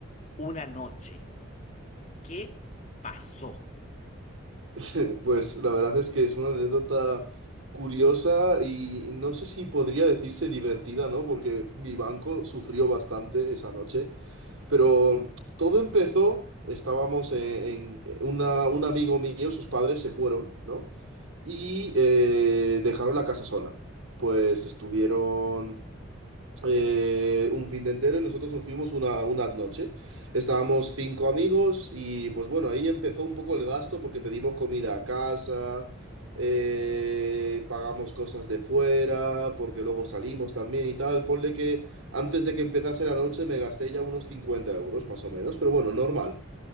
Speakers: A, on the left; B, on the right.
A: una noche. ¿Qué pasó?
B: <laughs> Pues la verdad es que es una anécdota curiosa y no sé si podría decirse divertida, ¿no? Porque mi banco sufrió bastante esa noche, pero todo empezó, estábamos en, en- una- un amigo mío, sus padres se fueron, ¿no? Y eh, dejaron la casa sola. Pues estuvieron eh, un fin de entero y nosotros nos fuimos una, una noche. Estábamos cinco amigos y pues bueno, ahí empezó un poco el gasto porque pedimos comida a casa, eh, pagamos cosas de fuera, porque luego salimos también y tal. Ponle que antes de que empezase la noche me gasté ya unos 50 euros más o menos, pero bueno, normal.